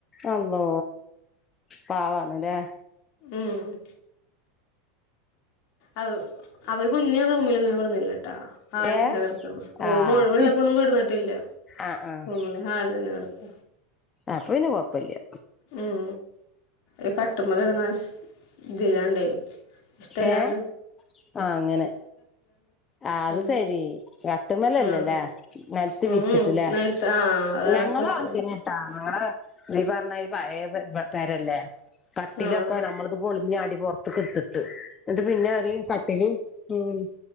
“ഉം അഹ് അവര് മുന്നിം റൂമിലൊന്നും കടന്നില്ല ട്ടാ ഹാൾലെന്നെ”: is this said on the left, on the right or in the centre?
Left